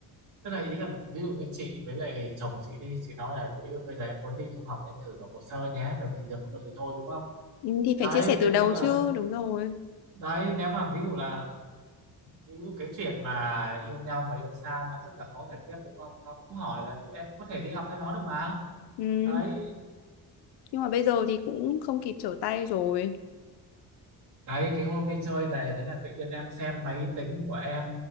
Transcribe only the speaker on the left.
ừ, Thì
phải chia sẻ từ
đầu
chứ. Đúng rồi.
Ừ.
Nhưng mà bây giờ thì cũng không kịp trở tay rồi.